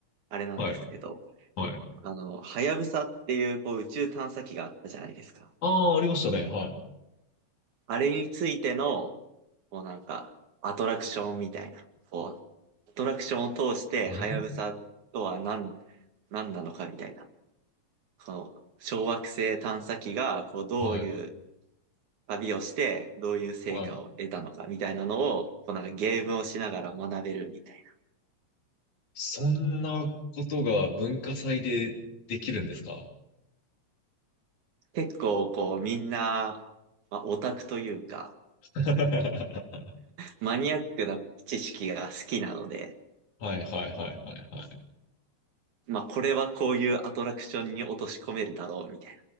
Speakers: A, on the right; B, on the left.
A: あれなんですけど、
B: はい。はい。
A: あの、はやぶさっていうこう宇宙探査機があったじゃないですか。
B: ああ、ありましたね。は
A: あれについての、こうなんか、アトラクションみたいな、こう、アトラクションを通して、
B: い。
A: はやぶさとは何、
B: え
A: 何なのかみたいなこう、小惑星探査機が、こう、どういう
B: はい。
A: 旅をして、どういう成果を得たのかみたいなのを、
B: はい。
A: こう、なんかゲームをしながら学べるみたい
B: そんなことが文化祭でできるんですか
A: な。結構、こう、みんな、まあ、オタクというか、
B: <laughs> は
A: マニアックな知識が好きなので、
B: いはいはいはいはい。
A: まあ、これはこういうアトラクションに落とし込めるだろうみたいな。